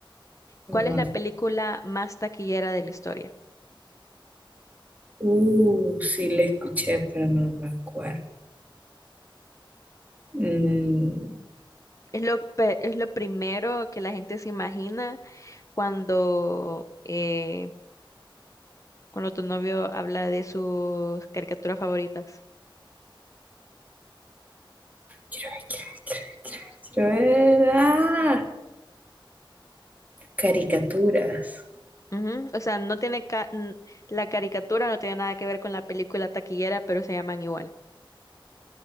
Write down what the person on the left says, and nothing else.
¿Cuál es la película más taquillera de la historia?
Es lo, pe- es lo primero que la gente se imagina cuando, eh, cuando tu novio habla de sus caricaturas favoritas.
Ujú, O sea, no tiene ca- n- la caricatura no tiene nada que ver con la película taquillera, pero se llaman igual.